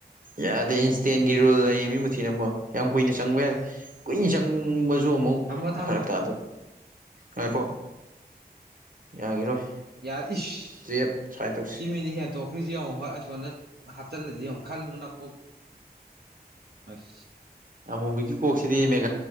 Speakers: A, on the right; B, on the right.
A: ꯌꯥꯗꯦ ꯏꯟꯁꯇꯦꯟꯒꯤ ꯔꯨꯜ ꯂꯩ ꯃꯤ ꯃꯨꯊꯤ ꯅꯪꯕꯣ ꯌꯥꯝ ꯀꯨꯏꯅ ꯆꯪꯕ ꯌꯥꯏ ꯀꯨꯏ ꯆꯪꯕꯁꯨ ꯑꯃꯨꯛ
B: ꯊꯝꯃꯣ ꯊꯝꯃꯣ
A: ꯐꯔꯛ ꯇꯥꯗ ꯉꯥꯏꯈꯣ ꯌꯥꯒꯤꯔꯣꯏ
B: ꯌꯥ ꯏꯁ
A: ꯇꯨꯌꯦꯞ ꯁ꯭ꯋꯥꯏ ꯇꯧꯁꯤ
B: ꯁꯤ ꯃꯤꯅꯤ ꯍꯦꯟꯇꯣꯛꯈ꯭ꯔꯤꯁꯤ ꯌꯦꯡꯉꯨ ꯍꯣꯏ ꯁꯣꯝꯗ ꯍꯥꯞꯆꯤꯂꯗꯤ ꯌꯦꯡꯉꯨ ꯈꯜꯂꯨ ꯅꯀꯣꯛ ꯑꯁ
A: ꯑꯃꯨꯕꯤꯒꯤ ꯀꯣꯛꯁꯤꯗꯦ ꯃꯦꯒ